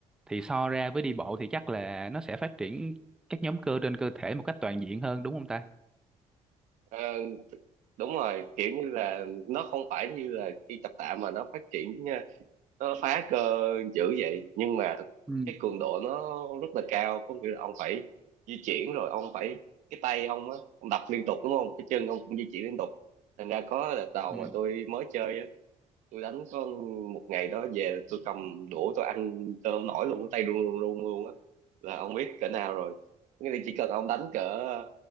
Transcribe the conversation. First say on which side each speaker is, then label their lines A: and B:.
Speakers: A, in the centre; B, on the right.
A: thì so ra với đi bộ thì chắc là nó sẽ phát triển các nhóm cơ trên cơ thể một cách toàn diện hơn đúng không ta
B: Ờ, đúng rồi kiểu như là nó không phải như là đi tập tạ mà nó phát triển ờ, nó phá cơ dữ vậy nhưng mà thực,
A: ừ
B: cái cường độ nó rất là cao có nghĩa là ông phải di chuyển rồi ông phải cái tay ông á ông đập liên tục đúng không cái chân ông cũng di chuyển liên tục thành ra có đợt đầu
A: ừ
B: mà tôi mới chơi á tôi đánh có một ngày đó về tôi cầm đũa tôi ăn tôi không nổi luôn cái tay run run run luôn á là ông biết cỡ nào rồi nghĩa là chỉ cần ông đánh cỡ